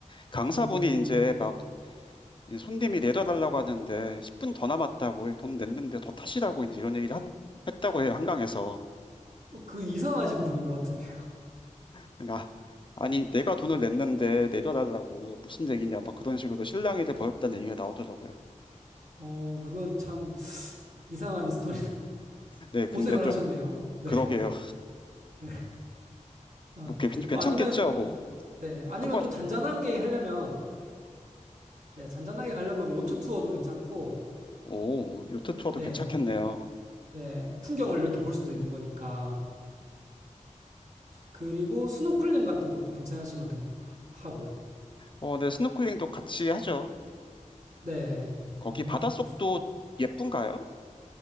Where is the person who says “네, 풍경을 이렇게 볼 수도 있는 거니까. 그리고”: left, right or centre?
Right